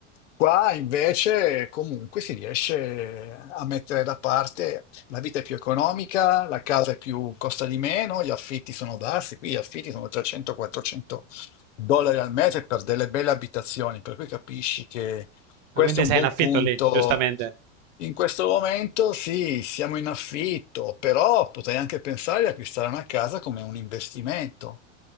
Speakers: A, on the left; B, on the right.
A: Qua invece comunque si riesce a mettere da parte la vita è più economica, la casa è più, costa di meno, gli affitti sono bassi, qui gli affitti sono 300-400 dollari al mese per delle belle abitazioni, per cui capisci che questo
B: ma quindi
A: è un
B: sei
A: buon
B: in affitto
A: punto.
B: lì, giustamente?
A: In questo momento sì, siamo in affitto, però potrei anche pensare di acquistare una casa come un investimento.